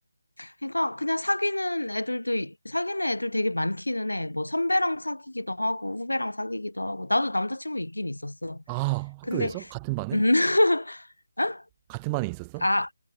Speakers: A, on the left; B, on the right.
A: 그러니까 그냥 사귀는 애들도 이- 사귀는 애들 되게 많기는 해. 뭐 선배랑 사귀기도 하고 후배랑 사귀기도 하고 나도 남자친구 있긴 있었어.
B: 아,
A: 근데
B: 학교에서? 같은 반에?
A: 음, 응?
B: 같은 반에 있었어?
A: 아,